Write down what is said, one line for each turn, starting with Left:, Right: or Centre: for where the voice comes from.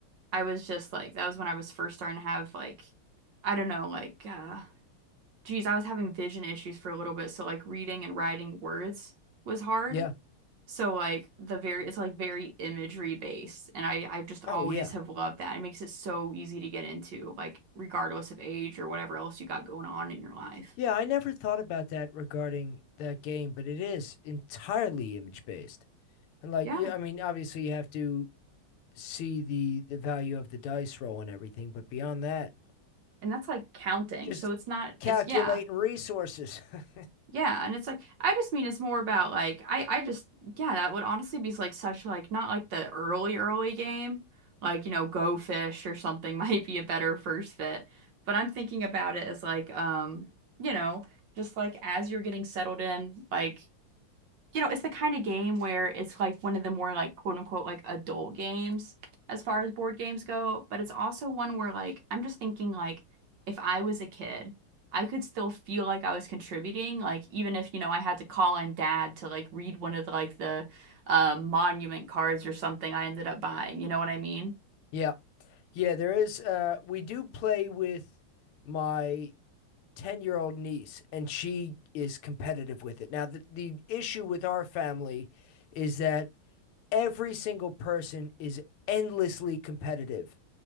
Right: I was just like that was when I was first starting to have like I don't know, like uh geez, I was having vision issues for a little bit, so like reading and writing words was hard.
Left: Yeah.
Right: So like the very it's like very imagery based and I I just always
Left: Oh, yeah.
Right: have loved that. It makes it so easy to get into like regardless of age or whatever else you got going on in your life.
Left: Yeah, I never thought about that regarding that game, but it is entirely image based. And like,
Right: Yeah.
Left: yeah, I mean, obviously you have to see the the value of the dice roll and everything, but beyond that,
Right: And that's like counting.
Left: just
Right: So it's not
Left: calculating
Right: it's yeah.
Left: resources. <laughs>
Right: Yeah, and it's like I just mean it's more about like I I just yeah, that would honestly be like such like not like the early early game. Like, you know, Go Fish or something <laughs> might be a better first fit. But I'm thinking about it as like um, you know, just like as you're getting settled in, like you know, it's the kind of game where it's like one of the more like quote unquote like adult games as far as board games go, but it's also one where like I'm just thinking like if I was a kid, I could still feel like I was contributing, like even if, you know, I had to call in dad to like read one of the, like the um, monument cards or something I ended up buying, you know what I mean?
Left: Yeah. Yeah, there is uh we do play with my 10-year-old niece and she is competitive with it. Now the, the issue with our family is that every single person is endlessly competitive